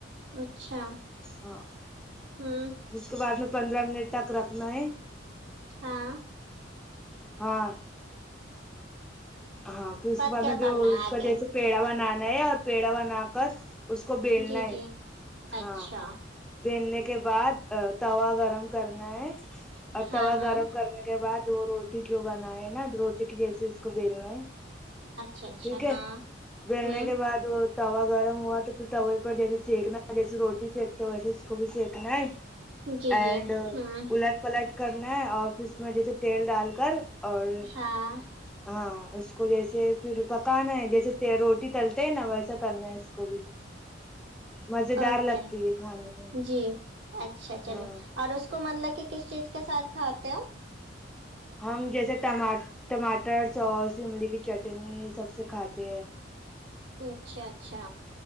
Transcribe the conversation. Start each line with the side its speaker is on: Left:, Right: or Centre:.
Right: اچھا
Centre: ہاں
Right: ہوں
Centre: اس کے بعد میں پندرہ منٹ تک رکھنا ہے
Right: ہاں
Centre: ہاں ہاں پھر اس کے بعد
Right: کیا
Centre: میں
Right: کرنا
Centre: جو اس
Right: ہے آگے
Centre: کا جیسے پیڑا بنانا ہے اور پیڑا بنا کر اس کو بیلنا
Right: جی
Centre: ہے
Right: جی
Centre: ہاں
Right: اچھا
Centre: بلنے کے بعد توا گرم کرنا ہے اور
Right: ہاں
Centre: توا
Right: ہاں
Centre: گرم کرنے کے بعد وہ روٹی جو بنائے نا روٹی کے جیسے اس کو بیلنا ٹھیک
Right: اچھا اچھا
Centre: ہے
Right: ہاں
Centre: بلنے
Right: ہوں
Centre: کے بعد بعد توا گرم ہوا تو پھر توے پر جیسے سینکنا ہے جیسے روٹی سینکتے ویسے اس کو بھی سینکنا ہے
Right: جی
Centre: اینڈ
Right: جی ہوں
Centre: پلٹ کرنا ہے اور پھر اس میں جیسے تیل ڈال کر اور
Right: ہاں
Centre: ہاں اس کو جیسے پھر پکانا ہے جیسے روٹی تلتے ہیں نا ویسا کرنا ہے اس کو بھی مز دار
Right: اوکے
Centre: لگتی ہے کھانے میں
Right: جی اچھا چلے
Centre: ہاں
Right: اور اس کو مطلب کہ کس چیز کے ساتھ کھاتے ہوپ
Centre: ہم جیسے ٹما ٹماٹر سوس املی کی چٹنی سب سے کھاتے ہیں
Right: اچھا اچھا